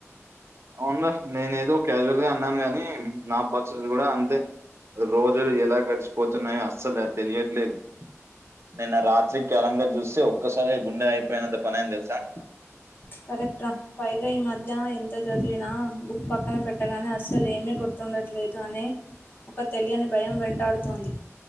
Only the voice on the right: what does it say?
అవున్రా నేనే ఏదో క్యాజువల్ గా అన్నాను గాని నా పరిస్థితి కూడా అంతే రోజులు ఎలా గడిచిపోతున్నాయో అస్సలు తెలియట్లేదు నిన్న రాత్రి క్యాలెండర్ చూస్తె ఒక్కసారే గుండె అయిపోయినంత పని ఆఇంది తెలుసా